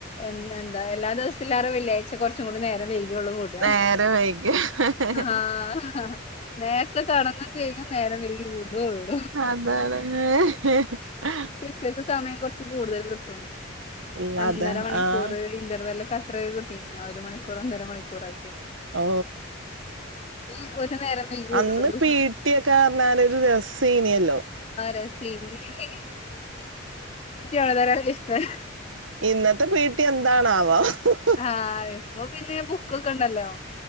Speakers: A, on the left; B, on the right.
A: എ എന്താ എല്ലാ ദിവസത്തിലാര വെള്ളിയഴ്ച കുറച്ചും കൂടി നേരം വെയിക്കും ന്നുള്ളു വിട
B: നേരം വൈകിയ
A: ആ ആഹ് നേരത്തെ <unintelligible> തടങ്ങും ചെയഴും നേരെ വെയകി വിടുള്ളൂ
B: അതാണ് <unintelligible>
A: ചേക്ക് സമയം കുറച്ച് കൂടുതൽ കിട്ടും
B: ഇല്ല
A: ഒന്നര
B: അതാ
A: മണിക്കൂർ
B: ആഹ്
A: ഇന്റർവല്ലെ കത്ത കിട്ടീ ഒരു മണിക്കൂർ ഒന്നര മണിക്കൂറൊക്കെ
B: ഓ
A: ഹി ഒരു നേരം വൈകി വിടുള്ളൂ
B: അന്ന് പീട്ടിയൊക്കെ പറഞ്ഞാല ഒരു രസീനീ ഇനിയല്ലോ
A: <unintelligible> ഒരാക്ക് ഇഷ്ട്ടം
B: ഇന്നത്തെ പിടി എന്താണാവോ <unintelligible>
A: ആഹ ഇപ്പൊ പിന്നെ ബുക്കൊക്കെണ്ടല്ലോ